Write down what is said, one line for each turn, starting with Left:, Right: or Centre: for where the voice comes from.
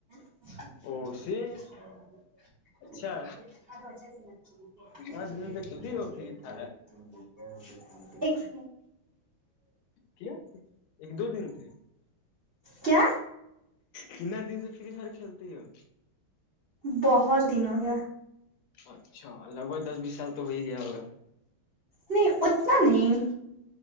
Right: <unintelligible>
Left: او سے اچھا کتنا دن سے کھیلتی ہو فری فائر کیا ایک دو دن تھے
Right: کیا
Left: کنا دن سے فری فائر کھیلتی ہو
Right: بہت دنوں گ
Left: اچھا لگ بھگ دس بیس سال تو ہو ہی گیا ہوگا
Right: نہیں اتنا نہیں